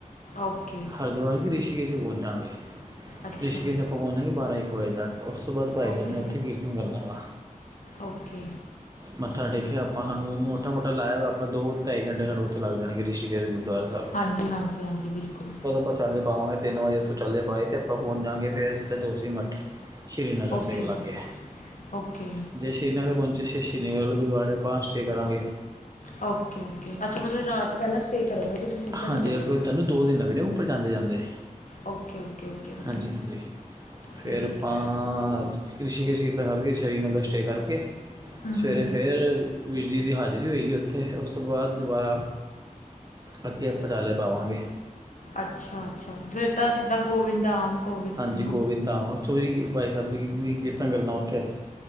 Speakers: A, on the left (about 65°); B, on the right (about 25°).
A: ਓਕੇ।
B: ਹਰਦਵਾਰ ਕੇ ਰਿਸ਼ਿਕੇਸ਼ ਪੋਚਾਂਗੇ
A: ਅੱਛਾ
B: ਰਿਸ਼ੀਕੇਸ਼ ਆਪਾਂ ਪੋਚਾਂਗੇ ਬਾਂਰਾ-ਇੱਕ ਵਜੇ ਤੱਕ। ਓਸ ਤੋਂ ਬਾਅਦ ਪਾਈ
A: ਓਕੇ
B: ਸਾਬ ਨੇ ਓੱਥੇ ਕੀਰਤਨ ਕਰਨਾ ਵਾ।
A: ਓਕੇ।
B: ਮਥਾ ਟੇਕਯਾ ਆਪਾ ਨੂੰ ਸਾਨੂੰ ਮੋਟਾ-ਮੋਟਾ ਲਾਯਾ ਆਪ ਦੋ-ਢਾਈ ਘੰਟੇ ਸਾਡੇ ਓਥੇ ਲੱਗ ਜਾਣਾਗੇ ਰ੍ਰੀਸੀਕੇਸ ਗੁਰਦੁਆਰਾ ਸਾਬ।
A: ਹਾਂਜੀ-ਹਾਂਜੀ-ਹਾਂਜੀ, ਬਿਲਕੁਲ।
B: ਆਪਾਂ ਚਾਲੇ ਪਾਵਾਂਗੇ, ਤਿੰਨ ਵਜੇ ਉੱਥੋਂ ਚਾਲੇ ਪਾਏ ਤੇ ਆਪਾਂ ਪਹੁੰਚਾਂਗੇ ਫਿਰ, ਸਿੱਧਾ ਜੋਸ਼ੀ ਮੱਠ। ਸ਼੍ਰੀਨਗਰ
A: ਓਕੇ
B: ਦੇ ਲਾਗੇ,
A: ਓਕੇ
B: ਜੇ ਸ਼੍ਰੀਨਗਰ ਪਹੁੰਚੇ ਕਿੰਨੀ ਲਗੇੁੇ ਆਪਾਂ ਸਟੇਅ ਕਰਾਂਗੇ।
A: ਓਕੇ, ਓਕੇ ਅੱਛਾ ਮਤਲਬ ਰਾਤ ਪਹਿਲਾਂ ਸਟੇਅ ਕਰੋਗੇ ਤੁਸੀਂ? ਸਿੱਧਾ ਨਹੀਂ
B: ਹਾਂਜੀ,
A: ਚੱਲੇ
B: ਅਗਰ ਤੁਹਾਨੂੰ ਦੋ ਦਿਨ ਲੱਗਣੇ ਉੱਪਰ ਜਾਂਦੇ- ਜਾਂਦੇ।
A: ਓਕੇ, ਓਕੇ, ਓਕੇ ਓਕੇ
B: ਹਾਂਜੀ, ਹਾਂਜੀ ਫਿਰ
A: ਠੀਕ
B: ਆਪਾਂ
A: ਹੈ
B: ਰਿਸ਼ੀਕੇਸ਼ ਕਰਕੇ, ਸ਼੍ਰੀਨਗਰ ਸਟੇਅ ਕਰਕੇ,
A: ਹੂੰ ਹੂੰ
B: ਸਵੇਰੇ ਫਿਰ ਵੀਰ ਜੀ ਦੀ ਹਾਜ਼ਰੀ ਹੋਏਗੀ ਉੱਥੇ, ਉਸ ਤੋਂ ਬਾਅਦ ਦੁਬਾਰਾ ਅੱਗੇ ਆਪਾਂ ਚਾਲੇ ਪਾਵਾਂਗੇ।
A: ਅੱਛਾ, ਅੱਛਾ ਫਿਰ ਤਾਂ ਸਿੱਧਾ, ਗੋਬਿੰਦ ਧਾਮ, ਗੋਵਿੰਦ
B: ਜੀ ਗੋਬਿੰਦ ਧਾਮ, ਉਸ ਤੋਂ ਵੀ ਭਾਈ ਸਾਹਿਬ ਵੀ ਕੀਰਤਨ ਕਰਨਾ ਉੱਥੇ।